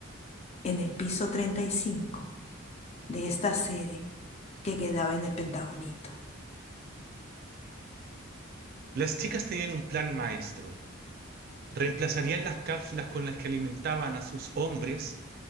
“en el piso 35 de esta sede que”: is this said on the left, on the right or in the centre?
Left